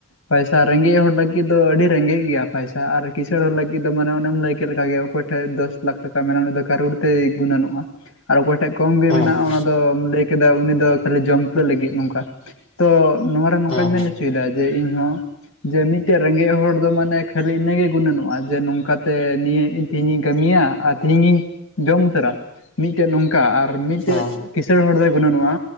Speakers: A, on the left (about 65°); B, on the left (about 25°).
A: ᱯᱟᱭᱥᱟ ᱨᱮᱸᱜᱮᱡ ᱦᱚᱲ ᱞᱟᱹᱜᱤᱫ ᱫᱚ ᱟᱹᱰᱤ ᱨᱮᱸᱜᱮᱡ ᱜᱮᱭᱟ ᱯᱟᱭᱥᱟ ᱟᱨ ᱠᱤᱸᱥᱟᱹᱬ ᱦᱚᱲ ᱞᱟᱹᱜᱤᱫ ᱫᱚ ᱢᱟᱱᱮ ᱚᱱᱮᱢ ᱞᱟᱹᱭ ᱠᱮᱫ ᱞᱮᱠᱟ ᱜᱮ ᱚᱠᱚᱭ ᱴᱷᱮᱱ ᱫᱚᱥ ᱞᱟᱠᱷ ᱴᱟᱠᱟ ᱢᱮᱱᱟᱜᱼᱟ ᱩᱱᱤ ᱫᱚ ᱠᱟᱨᱩᱲ ᱛᱮᱭ ᱜᱩᱱᱟᱹᱱᱚᱜᱼᱟ᱾ ᱟᱨ ᱚᱠᱚᱭ ᱴᱷᱮᱡ ᱠᱚᱢ ᱜᱮ
B: ᱦᱩᱸ
A: ᱢᱮᱱᱟᱜ-ᱟ᱾
B: ᱦᱩᱸ
A: ᱚᱱᱟ ᱫᱚᱢ ᱞᱟᱹᱭ ᱠᱮᱫᱟ ᱩᱱᱤ ᱫᱚ ᱠᱷᱟᱹᱞᱤ ᱡᱚᱢ ᱯᱷᱩᱞᱟᱹᱜ ᱞᱟᱹᱜᱤᱫ ᱱᱚᱝᱠᱟ, ᱛᱚ ᱱᱚᱣᱟ ᱨᱮ ᱱᱚᱝᱠᱟᱧ
B: ᱦᱩᱸ
A: ᱢᱮᱱ
B: ᱦᱩᱸ
A: ᱦᱚᱪᱚᱭᱮᱫᱟ ᱡᱮ ᱤᱧᱦᱚᱸ, ᱡᱮ ᱢᱤᱫ ᱢᱤᱫᱴᱮᱡ ᱨᱮᱸᱜᱮᱡ ᱦᱚᱲ ᱫᱚ ᱢᱟᱱᱮ ᱠᱷᱟᱹᱞᱤ ᱤᱱᱟᱹ ᱜᱮ ᱜᱩᱱᱟᱹᱱᱚᱜ-ᱟ᱾ ᱡᱮ ᱱᱚᱝᱠᱟ ᱛᱮ ᱱᱤᱭᱟᱹ ᱛᱮᱦᱮᱧ ᱤᱧ ᱠᱟᱹᱢᱤᱭᱟ᱾ ᱟᱨ ᱛᱮᱦᱤᱧ ᱤᱧ ᱡᱚᱢ ᱩᱛᱟᱹᱨᱟ ᱢᱤᱫᱴᱮᱡ ᱱᱚᱝᱠᱟ᱾ ᱟᱨ ᱢᱤᱫᱴᱮᱡ
B: ᱦᱩᱸ
A: ᱠᱤᱥᱟᱹᱬ ᱦᱚᱲ ᱫᱚᱭ ᱜᱩᱱᱟᱹᱱᱚᱜ-ᱟ